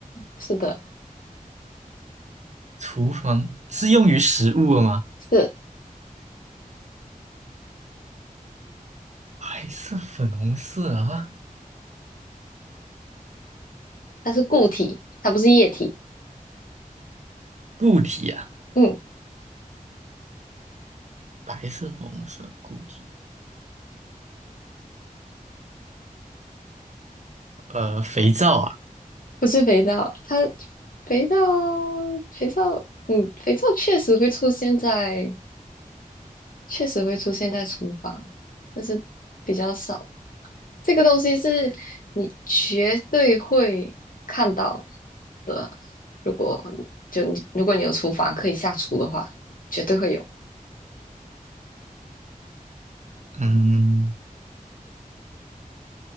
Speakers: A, on the left; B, on the right.
A: 是的，
B: 厨房是用于食物的吗？
A: 是，
B: 白色、粉红色啊，
A: 它是固体，它不是液体。
B: 固体啊，
A: 嗯，
B: 白色、粉红色固体，呃，肥皂啊，
A: 不是肥皂，它肥皂，肥皂，嗯，肥皂确实会出现在。确实会出现在厨房，但是比较少。这个东西是你绝对会看到的。如果就你如果你有厨房可以下厨的话，绝对会有。
B: 嗯，